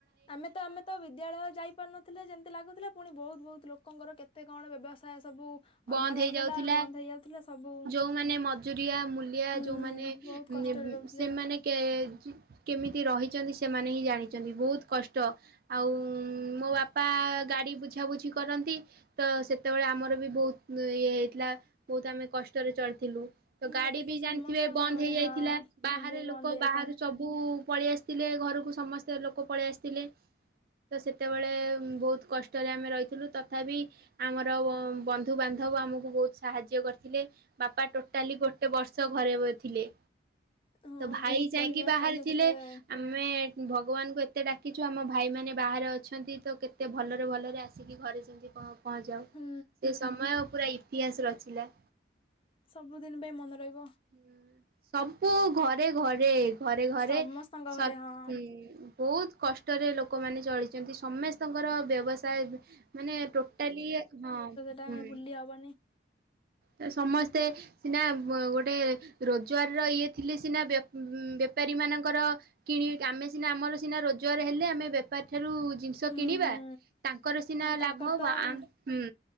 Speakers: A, on the left; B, on the right.
A: ଆମେ ତ ଆମେ ତ ବିଦ୍ୟାଳୟ ଯାଇପାରୁନୁ ଥିଲେ ଯେମିତି ଲାଗୁଥିଲା ପୁଣି ବହୁତ ବହୁତ ଲୋକଙ୍କର କେତେ କଣ ବ୍ୟବସାୟ ସବୁ
B: ବନ୍ଦ
A: ଅଧା ରହିଗଲା
B: ହେଇଯାଉଥିଲା।
A: ବନ୍ଦ ହେଇଯାଉଥିଲା ସବୁ
B: ଯୋଉମାନେ ମଜୁରିଆ ମୂଲିଆ
A: ହୁଁ
B: ଯୋଉମାନେ
A: ବହୁତ
B: ଉଁ
A: କଷ୍ଟରେ ରହୁଥିଲେ।
B: ସେମାନେ କେ କେମିତି ରହିଛନ୍ତି ସେମାନେ ହିଁ ଜାଣିଛନ୍ତି ବହୁତ କଷ୍ଟ। ଆଉ ମୋ ବାପା ଗାଡି ବୁଝାବୁଝି କରନ୍ତି ତ ସେତେବେଳେ ଆମର ବି ବହୁତ ଇଏ ହେଇଥିଲା ବହୁତ ଆମେ କଷ୍ଟରେ ଚଳିଥିଲୁ। ତ
A: ହୁଁ
B: ଗାଡି
A: ଏଟା
B: ବି
A: ସମସ୍ତଙ୍କ
B: ଜାଣିଥିବେ ବନ୍ଦ
A: ଘରେ
B: ହେଇଯାଇଥିଲା
A: ହଁ
B: ବାହାରେ
A: ସବୁ
B: ଲୋକ
A: ବନ୍ଦ ହେଇଯାଇଥିଲା।
B: ବାହାରୁ ସବୁ ସବୁ ପଳେଇ ଆସିଥିଲେ ଘରକୁ ସମସ୍ତେ ଲୋକ ପଳେଇ ଆସିଥିଲେ। ତ ସେତେବେଳେ ବହୁତ କଷ୍ଟରେ ଆମେ ରହିଥିଲୁ ତଥାପି ଆମର ବ ବନ୍ଧୁବାନ୍ଧବ ଆମକୁ ବହୁତ ସାହାଯ୍ୟ କରିଥିଲେ। ବାପା ଟୋଟାଲି ଗୋଟେ ବର୍ଷ ବ ଘରେ ଥିଲେ।
A: ହଁ
B: ତ ଭାଇ
A: ବହୁତ
B: ଯାଇକି
A: ପରିବାର
B: ବାହାରେଥିଲେ।
A: ସେବେ ସେତେବେଳେ
B: ଆମେ ଭଗବାନଙ୍କୁ ଏତେ ଡାକିଛୁ ଆମ ଭାଇମାନେ ବାହାରେ ଅଛନ୍ତି ତ କେତେ ଭଲରେ ଭଲରେ ଆସି କି ଘରେ ଯେମିତି ପ ପହଞ୍ଚିଯାଉ।
A: ହୁଁ।
B: ସେ ସମୟ ପୁରା ଇତିହାସ ରଚିଲା।
A: ସବୁଦିନ ପାଇଁ ମନେ ରହିବ।
B: ହୁଁ ସବୁ ଘରେ ଘରେ ଘରେ ଘରେ
A: ସମସ୍ତଙ୍କ
B: ସ
A: ଘରେ ହଁ
B: ହୁଁ। ବହୁତ କଷ୍ଟରେ ଲୋକମାନେ ଚଳିଛନ୍ତି ସମସ୍ତେଙ୍କର ବ୍ୟବସାୟ ମାନେ ଟୋଟାଲି ହଁ। ହୁଁ
A: ଟା ଭୁଲି ହବନି।
B: ତ ସମସ୍ତେ ସିନା ବ ଗୋଟେ ରୋଜଗାରର ଇଏ ଥିଲେ ସିନା ବେ ବେପାରୀ ମାନଙ୍କର କିଣି ଆମେ ସିନା ଆମର ସିନା ରୋଜଗାର ହେଲେ ଆମେ ବେପାରୀ ଠାରୁ ଜୀ ଜିନିଷ
A: ହୁଁ
B: କିଣିବା
A: ହୁଁ।
B: ତାଙ୍କର ସିନା
A: ଆଉ ତାଙ୍କର
B: ଲାଭ
A: ତ
B: ଆ
A: ହଁ
B: ହୁଁ।